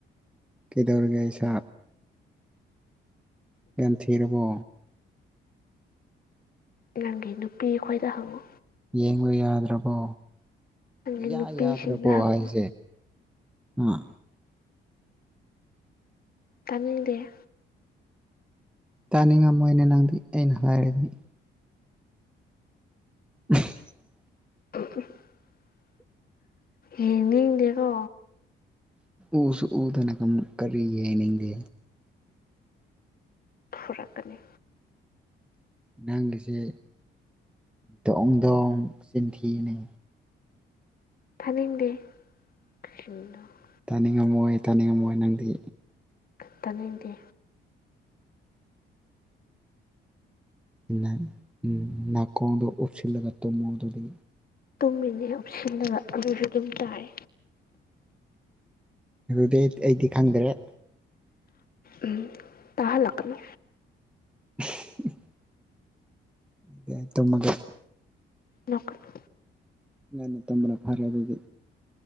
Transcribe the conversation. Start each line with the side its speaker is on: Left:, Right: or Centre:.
Centre: ꯀꯩꯗꯧꯔꯤꯒꯦ ꯏꯁꯥ ꯒꯟꯊꯤꯔꯔꯕꯣ
Left: ꯅꯪꯒꯤ ꯅꯨꯄꯤ ꯈꯣꯏꯗ ꯍꯪꯉꯨ
Centre: ꯌꯦꯡꯕ ꯌꯥꯗ꯭ꯔꯕꯣ
Left: ꯅꯪꯒꯤ
Centre: ꯏꯌꯥ
Left: ꯅꯨꯄꯤꯁꯤꯡꯗ
Centre: ꯌꯥꯗ꯭ꯔꯕꯣ
Left: ꯍꯪꯉꯨ
Centre: ꯍꯥꯏꯖꯦ ꯉꯥ
Left: ꯇꯥꯅꯤꯡꯗꯦꯍꯦ
Centre: ꯇꯥꯅꯤꯡꯉꯝꯃꯣꯏꯅꯦ ꯅꯪꯗꯤ ꯑꯩꯅ ꯍꯥꯏꯔꯗꯤ <unintelligible>
Left: <unintelligible> ꯌꯦꯡꯅꯤꯡꯗꯦꯀꯣ
Centre: ꯎꯁꯨ ꯎꯗꯅ ꯀꯝ ꯀꯔꯤꯒꯤ ꯌꯦꯡꯅꯤꯡꯗꯦ꯫
Left: ꯐꯨꯔꯛꯀꯅꯤ
Centre: ꯅꯪꯒꯤꯁꯦ ꯗꯣꯡ ꯗꯣꯡ ꯆꯤꯟꯊꯤꯅꯦ
Left: ꯐꯅꯤꯡꯗꯦ <unintelligible>
Centre: ꯇꯥꯅꯤꯡꯉꯝꯃꯣꯏ ꯇꯥꯅꯤꯡꯉꯝꯃꯣꯏ ꯅꯪꯗꯤ
Left: ꯈ ꯇꯥꯅꯤꯡꯗꯦ
Centre: ꯅ ꯎꯝ ꯅꯥꯀꯣꯡꯗꯣ ꯑꯣꯞꯁꯤꯜꯂꯒ ꯇꯨꯃꯣ ꯑꯗꯨꯗꯤ꯫
Left: ꯇꯨꯝꯃꯤꯅꯦ ꯎꯞꯁꯤꯜꯂꯒ ꯑꯗꯨꯁꯨ ꯑꯗꯨꯝ ꯇꯥꯏ꯫
Centre: ꯑꯗꯨꯗꯤ ꯑꯩ ꯑꯩꯗꯤ ꯈꯪꯗ꯭ꯔꯦ
Left: ꯎꯝ ꯇꯥꯍꯜꯂꯛꯀꯅꯨ
Centre: <unintelligible> ꯑꯗꯨꯗꯤ ꯑꯩ ꯇꯨꯝꯃꯒꯦ
Left: ꯂꯀꯅ
Centre: ꯉꯪꯅ ꯇꯝꯕ꯭ꯔꯥ ꯐꯔꯦ ꯑꯗꯨꯗꯤ